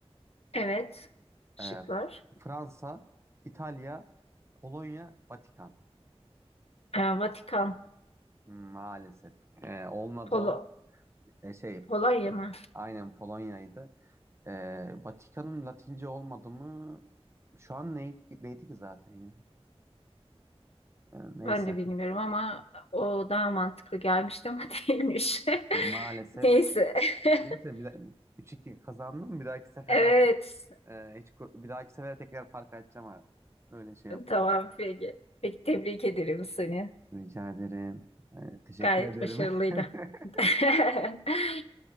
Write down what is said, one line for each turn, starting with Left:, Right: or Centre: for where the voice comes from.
Left: evet. Şıklar.
Right: E, F- Fransa, İtalya, Polonya, Vatikan.
Left: Ee, Vatikan,
Right: Maalesef. E, olmadı
Left: Polo,
Right: o. E, şey
Left: Polonya mı?
Right: aynen Polonya'ydı. E, Vatikan'ın Latince olmadı mı? Şu an ne, neydi ki zaten ya? E, neyse.
Left: Ben de bilmiyorum ama o daha mantıklı gelmişti ama <laughs> değilmiş.
Right: Maalesef.
Left: <laughs> Neyse. <laughs>
Right: Neyse bir daha, 3-2 kazandım. Bir dahaki sefere
Left: Evet.
Right: artık e, hiç ko- bir dahaki sefere tekrar fark açacağım. ha. Öyle şey yapalım.
Left: Tamam peki. Peki tebrik ederim seni.
Right: Rica ederim. E, teşekkür
Left: Gayet
Right: ederim.
Left: başarılıydı.
Right: <laughs>
Left: <laughs>